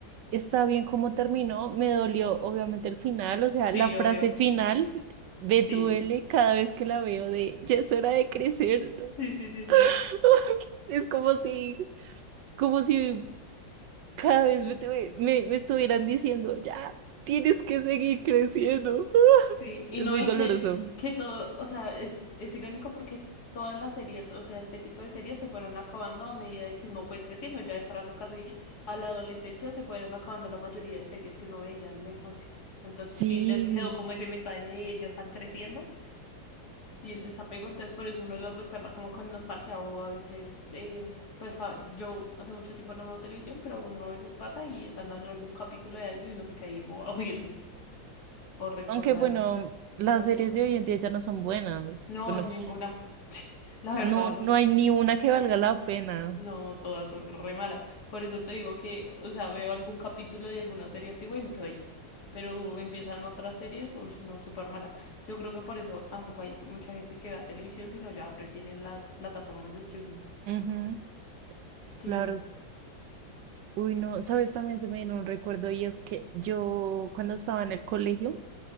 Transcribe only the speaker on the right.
está bien como terminó. Me dolió obviamente el final, o sea,
la frase
final me
duele cada vez que la veo de ya es hora de crecer. ¿no?
<laughs> Es como si, como si cada vez me, tuve- me, me estuvieran diciendo ya tienes que seguir creciendo. <laughs>
Es
muy
doloroso.
Sí.
Aunque bueno, las
series
de hoy en día ya no son buenas.
Bueno,
pues
no,
no hay ni una que valga la pena.
Ujú,
claro. Uy, no, sabes, también se me vino un recuerdo y es que yo cuando estaba en el colegio,